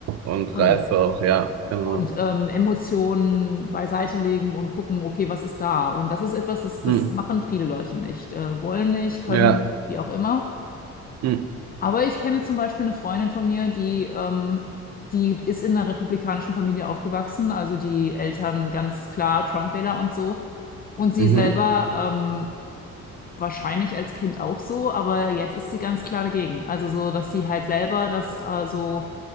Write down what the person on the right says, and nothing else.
und
Reife auch, ja, genau.
Hm.
Ja.
Hm.
Mhm.